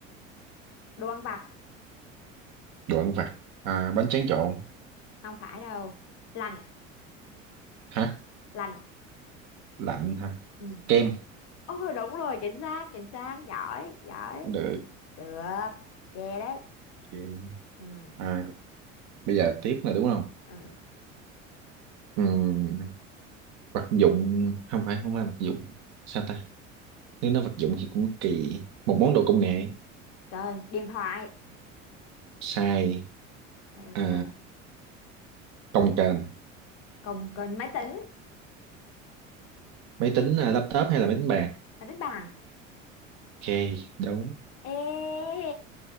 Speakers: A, on the left (about 40°); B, on the right (about 45°).
A: đồ ăn vặt
B: đồ ăn vặt à, bánh tráng trộn
A: không phải đâu lành
B: hả
A: lành
B: lạnh hả
A: ừ.
B: kem
A: ôi đúng rồi chính xác chính xác giỏi giỏi
B: cũng được
A: được về đấy
B: Kem.
A: ừ.
B: à, bây giờ tiếp là đúng không
A: Ừ.
B: Ừm, vật dụng không phải không phải vật dụng sao ta nếu nó vật dụng thì cũng kỳ một món đồ công nghệ
A: trời điện thoại
B: xài
A: Ờ,
B: à,
A: trời.
B: cồng kềnh
A: còn còn máy tính
B: máy tính à, laptop hay là máy tính bàn
A: máy tính bàn
B: ok đúng
A: ê